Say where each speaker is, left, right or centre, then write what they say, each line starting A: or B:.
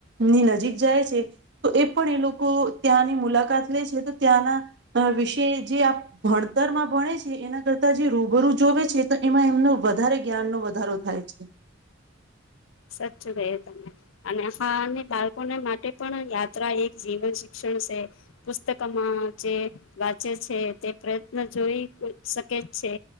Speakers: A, on the right (about 60°); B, on the left (about 80°).
A: ની નજીક જાય છે. તો એ પણ એ લોકો ત્યાંની મુલાકાત લે છે તો ત્યાંના અ વિશે જે આ ભણતરમાં ભણે છે એના કરતા જે રૂબરૂ જોવે છે. તો એમાં એમનો વધારે જ્ઞાનનો વધારો થાય છે.
B: સાચું કહ્યું તમને. અને હા અને બાળકોને માટે પણ યાત્રા એક જીવન શિક્ષણ સે. પુસ્તકમાં જે વાંચે છે તે પ્રયત્ન જોઈ શકે જ છે.